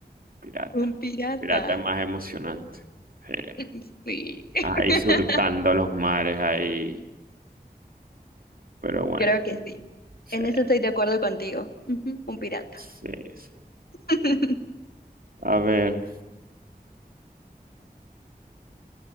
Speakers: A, on the right (about 60°); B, on the left (about 70°).
A: pirata.
B: Un pirata.
A: Pirata es más emocionante. sí.
B: <laughs> Sí. <laughs>
A: Ahí surcando los mares, ahí. Pero bueno,
B: Creo que sí.
A: sí,
B: En eso estoy de acuerdo contigo. Ujú, Un pirata.
A: sí, sí.
B: <laughs>
A: A ver,